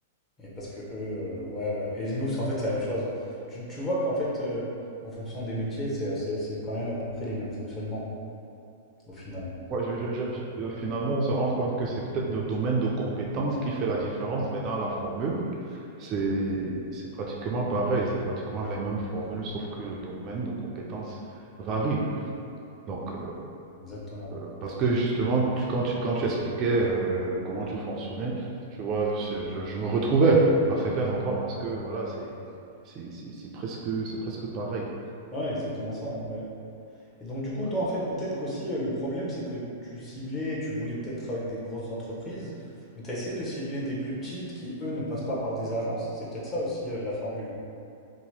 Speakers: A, on the left; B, on the right.
A: Et parce que eux, euh, ouais, ouais. Et nous, c'est- en fait, c'est la même chose. hein. Tu, tu vois qu'en fait, euh, en fonction des métiers, c'est c'est- c'est quand même à peu près les mêmes fonctionnements, au final.
B: Ouais, je- je- je- je- euh, finalement, on se rend compte que c'est peut-être le domaine de compétence qui fait la différence, mais dans la formule, c'est c'est pratiquement pareil, c'est pratiquement les mêmes formules, sauf que le domaine de compétence varie. Donc,
A: Exactement.
B: euh, parce que justement, tu- quand tu, quand tu expliquais euh, comment tu fonctionnais, je vois, je, je- je me retrouvais à certains endroits parce que voilà, c'est c'est c'est- c'est presque, c'est presque pareil.
A: Ouais, exactement ça. hein, Ouais. Et donc, du coup,
B: Voilà.
A: toi, en fait, peut-être qu'aussi, euh, le problème, c'est que tu ciblais, tu voulais peut-être travailler avec des grosses entreprises, mais tu as essayé de cibler des plus petites qui, eux, ne passent pas par des agences. C'est peut-être ça aussi, euh, la formule,